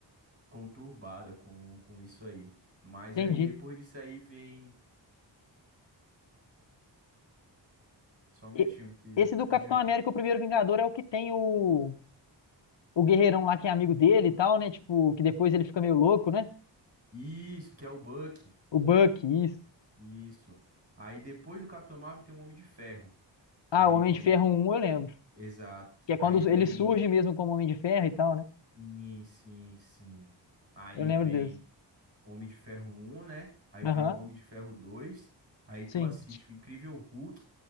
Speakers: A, on the right; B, on the left.
A: conturbada com, com isso aí. Mas
B: Entendi.
A: aí depois disso aí vem. Só um minutinho,
B: E-
A: que
B: esse
A: fugiu
B: do Capitão
A: aqui.
B: América, o Primeiro Vingador, é o que tem o, o guerreirão lá que é amigo dele e tal, né? Tipo, que depois ele fica meio louco, né?
A: Isso, que é o Buck.
B: O Buck, isso.
A: Isso. Aí depois do Capitão Marvel tem um Homem de Ferro. Aí
B: Ah, o Homem
A: vem.
B: de Ferro um, eu lembro.
A: Exato.
B: Que é
A: Aí
B: quando
A: vem.
B: ele surge mesmo como Homem de Ferro e tal, né?
A: Sim, sim, sim. Aí
B: Eu lembro
A: vem
B: desse.
A: Homem de Ferro um né? Aí vem
B: Aham,
A: o Homem de Ferro dois Aí tu
B: sim.
A: assiste o Incrível Hulk.